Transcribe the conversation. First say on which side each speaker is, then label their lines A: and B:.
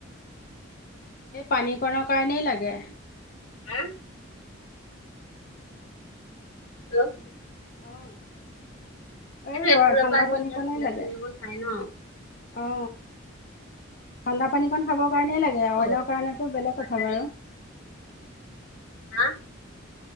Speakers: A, on the left; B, on the left.
A: এই পানী কণৰ কাৰণেই লাগে।
B: হা
A: অ'
B: ত'
A: এই
B: এইটো এফালৰ
A: গৰমত ঠাণ্ডা
B: পৰা আহি
A: পানীকনেই
B: মানুহে ঠাণ্ডা
A: লাগে।
B: পানী অকণ খায় ন
A: অ' ঠাণ্ডা পানীকন খাব কাৰণেই লাগে
B: অ
A: অইনৰ কাৰণে টো বেলেগ কথা
B: হেৰি
A: বাৰু।
B: হা।